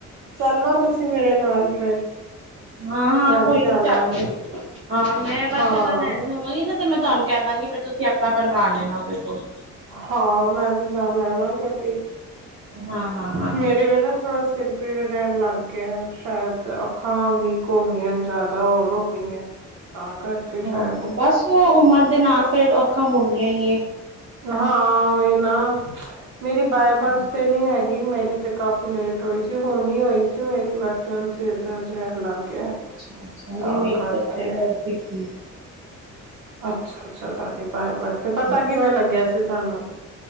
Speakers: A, on the right; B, on the right.
A: ਚੱਲਣਾ ਤੁਸੀਂ ਮੇਰੇ ਨਾਲ ਫਿਰ
B: ਹਾਂ ਹਾਂ
A: ਮੈਂ
B: ਕੋਈ
A: ਵੀ ਜਾਣਾ
B: ਨੀ ਚੱਲਾਂਗੀ
A: ਹੈ।
B: ਹਾਂ ਮੈਂ ਬਸ
A: ਹਾਂ
B: ਏਦਾਂ ਲੈਣ ਜਾਵਾਂਗੀ ਨਾ ਤੇ ਮੈਂ ਤੁਹਾਨੂੰ ਕਹਿ ਦਾਂਗੀ ਵੀ ਤੁਸੀਂ ਆਪਣਾ ਬਣਵਾ ਲੈਣਾ ਉਹਦੇਿਲ ਕੋੁਲ
A: ਹਾਂ ਮੈਂ ਵੀ ਜਾਣਾ ਨਾ ਕਿਉਂਕਿ
B: ਹਾਂ-ਹਾਂ-ਹਾਂ-ਹਾਂ।
A: ਮੇਰੇ ਵੀ ਨਾ ਥੋੜਾ ਸਿਰ ਪਿਰ ਰੈਨ ਲੱਗ ਗਿਐ ਸ਼ਾਇਦ ਅੱ ਖਾਂ ਵੀਕ ਹੋ ਗਈਐ ਜਾਦਾ ਹੋਰ ਹੋ ਗਈਐਂ ਤਾਂ ਕਰਕੇ
B: ਹਾਂ
A: ਸ਼ਾਇਦ
B: ਬਸ ਉਹ ਉਮਰ ਦੇ ਨਾਲ ਫੇਰ ਅੱਖਾਂ ਹੋਣੀਆਂ ਈ ਨੇ।
A: ਹਾਂ ਏਨਾ ਮੇਰੀ ਬਾਏ ਬਰਥ
B: ਹਾਂ।
A: ਤੇ ਨੀ ਹੈਗ ਨੀ ਮੇਰੀ ਤੇ ਕਾਫ਼ੀ ਲੇਟ ਹੋਈ ਸੀ ਹੁਣ ਈ ਹੋਈ ਸੀ ਮੇਰੀ ਬਾਕੀ ਹੁਣ ਸੇਰ ਦਰਦ ਰਹਿਣ ਲੱਗ ਗਿਆ
B: ਅੱਛਾ-ਅੱਛਾ, ਨਈ
A: ਤਾਂ
B: ਮੇਰੀ
A: ਕਰਕੇ
B: ਤ ਬਾਏ ਬਰਥ ਈ, ਹੂੰ
A: ਅੱਛਾ-ਅੱਛਾ ਤੁਆਡੇ ਬਾਰ-ਬਾਰ ਤੇ
B: ਹੂੰ।
A: ਪਤਾ ਕਿਵੇਂ ਲੱਗਿਆ ਸੀ ਤਾਨੂੰ?